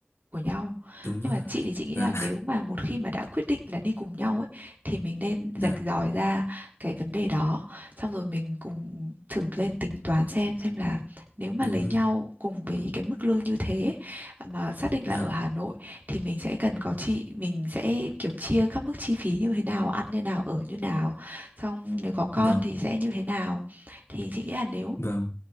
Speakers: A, on the right; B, on the left.
A: của nhau.
B: đúng rồi
A: Nhưng mà chị thì chị nghĩ
B: dạ
A: là nếu mà một khi mà đã quyết định là đi cùng nhau ấy thì mình nên rạch
B: dạ
A: ròi ra cái vấn đề đó. Xong rồi mình cùng thử lên tính toán xem xem là nếu mà
B: đúng
A: lấy
B: rồi
A: nhau cùng với cái mức lương như thế à, mà xác định
B: dạ
A: là ở Hà Nội thì mình sẽ cần có chị mình sẽ kiểu chia các mức chi phí như thế nào, ăn như nào, ở như nào. Xong nếu có con
B: vâng
A: thì sẽ như thế nào thì chị nghĩ là nếu
B: vâng